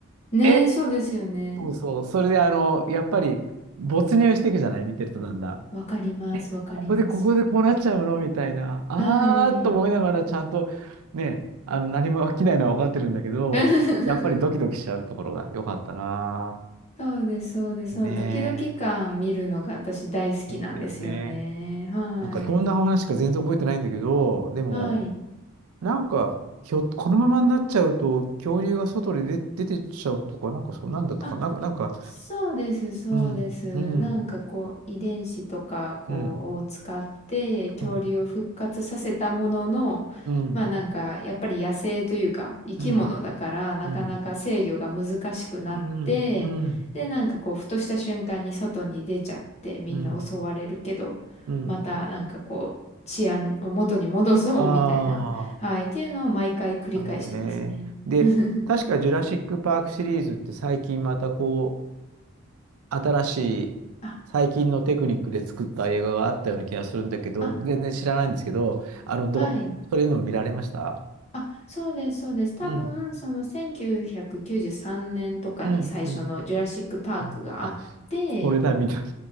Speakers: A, on the left; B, on the right.
A: ねえ、
B: え
A: そうですよね。
B: そうそう。それで、あの、やっぱり、没入していくじゃない見てるとだんだん。
A: わかります、わかります。
B: ここでここでこうなっちゃうのみたいな、あーっと思いながらちゃんとね、
A: はい。
B: あの何も起きないのは分かってるんだけど、
A: <laughs>
B: やっぱりドキドキしちゃうところが良かったな。
A: そうです、そうです。
B: ね
A: そのドキドキ感見るのが私大好きなんですよね。
B: え。そうだよね。
A: はい。
B: なんかどんな話か全然覚えてないんだけど、でも、
A: はい。
B: なんか、ひょ、このままになっちゃうと、恐竜が外に出、出てっちゃうとか、なんかそんなんだとか、
A: あ
B: なんか、なんか、
A: そうです、そうです。
B: うん、うん、
A: なんかこう、遺伝子とかこうを使って恐竜を復活させたものの、
B: うん、うん、うん、
A: まあなんかやっぱり野生というか生き物だからなかなか制御が難しくなって、
B: うん、うん、うん、うん、うん、
A: でなんかこう、ふとした瞬間に外に出ちゃってみんな襲われるけど、
B: うん。うん
A: またなんかこう、治安を元に戻そうみたいな、
B: ああ、
A: はい、っていうのを毎回繰り返してますね。
B: なるほどね。で、
A: <laughs>
B: 確かジュラシック・パークシリーズって最近またこう、新しい、
A: あ、
B: 最近のテクニックで作った映画があったような気がするんだけど、
A: あ、
B: 全然知らないんですけど、あの、
A: はい。
B: ど、それの見られました
A: あ、そうです、そうです。多分、
B: うん、
A: その1993年とかに最初のジュラシック・
B: うん、うん、
A: パークがあって、
B: うん。あ、それだ、みたいな。